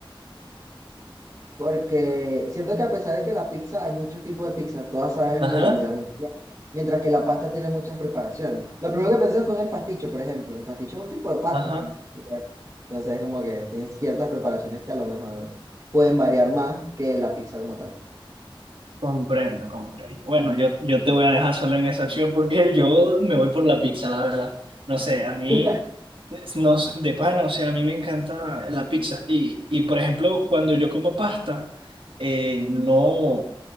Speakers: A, on the right (about 35°); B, on the right (about 70°).
A: Porque siento que a pesar de que la pizza, hay muchos tipos de pizza, todas saben
B: Ajá,
A: relativamente bien, mientras que la pasta tiene muchas preparaciones. Lo primero que pensé fue en el pasticho, por ejemplo. El pasticho es un tipo de pasta.
B: ajá.
A: Y bueno, entonces como que tiene ciertas preparaciones que a lo mejor pueden variar más que la pizza como tal.
B: Comprendo, comprendo. Bueno, yo, yo te voy a dejar solo en esa acción porque yo me voy por la pizza, la verdad. No sé, a mí,
A: <laughs>
B: no, sé, de pana, o sea, a mí me encanta la pizza. Y, y por ejemplo, cuando yo como pasta, eh, no